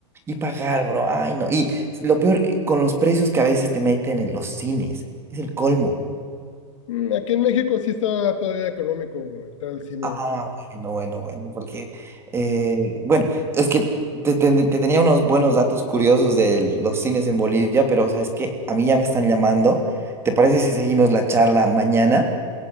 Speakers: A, on the right; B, on the left.
A: Y pagar, bro, ay, no. Y lo peor, eh, con los precios que a veces te meten en los cines, es el colmo.
B: Mm, Aquí en México sí está todavía económico entrar al cine.
A: Ah, bueno, bueno, bueno, porque, eh, bueno, es que te, te- te tenía unos buenos datos curiosos de los cines en Bolivia, pero sabes que a mí ya me están llamando. ¿Te parece si seguimos la charla mañana?